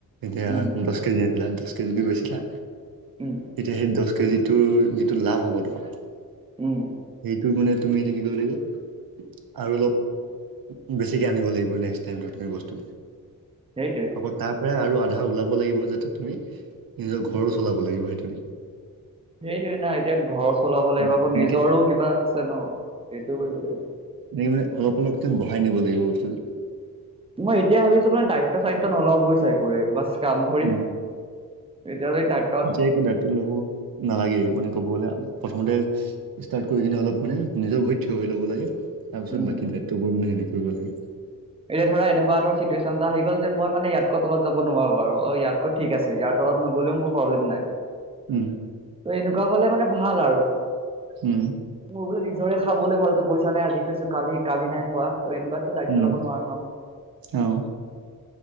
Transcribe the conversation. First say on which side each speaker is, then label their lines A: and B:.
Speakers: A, on the right; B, on the right.
A: এতিয়া
B: উম
A: দহ কেজি আনিলা, দহ কেজিত বেছিলা।
B: উম
A: এতিয়া সেই দহ কেজিত তু যিটো লাভ হব তোমাৰ?
B: উম
A: সেইটো মানে তুমি, এতিয়া কি কৰব লাগিব। আৰু অলপ বেছিকৈ আনিব লাগিব, নেক্স টাইমটো তুমি বস্তু।
B: সেইটোৱেই।
A: আকৌ তাৰ পৰাই আৰু আধা ওলাব লাগিব যাতে, তুমি নিজৰ ঘৰো চলাব লাগিব সেইটো দি।
B: সেইটোৱে না, এতিয়া ঘৰ চলাব লাগিব,
A: উম। এনেকে
B: নিজৰো কিবা আছে ন' সেইটোও কৰিব লাগিব।
A: এনে মানে, অলপ-অলপকে বঢ়াই নিব লাগিব বস্তুটো।
B: মই এতিয়া ভাবিছো মানে দায়িত্ব-চায়িত্ব নলওঁ বুজিছে গৈয়েই, বাছ কাম কৰিম।
A: উম।
B: এতিয়া যদি তাক
A: যে একো দায়িত্ব ল'ব নালাগে মানে কবলে প্ৰথমনে ষ্টাৰ্ট কৰি কিনে অলপ মানে নিজৰ ভৰিত থিয় হৈ লব লাগে। তাৰপিছত
B: উম
A: বাকী দায়িত্ববোৰ মানে সেনেকে কৰিব লাগে।
B: এই ধৰা এনেকুৱা ধৰ চিটুৱেশ্যন এটা আহি গ'ল, যে মই মানে ইয়াতকৈ তলত যাব নোৱাৰো আৰু। ইয়াতকৈ ঠিক আছে, ইয়াৰ তলত নগ'লেও মোৰ প্ৰব্লেম নাই।
A: উম।
B: ত' এনেকুৱা হলে মানে ভাল আৰু।
A: উম।
B: মোৰ বোলো নিজৰে খাবলেভালকে পইচা নাই আজি খাইছো কালি, কালি নাই খোৱা। ত' এনেকুৱাতো দায়িত্ব
A: উম,
B: ল'ব নোৱাৰো ন'।
A: অ'।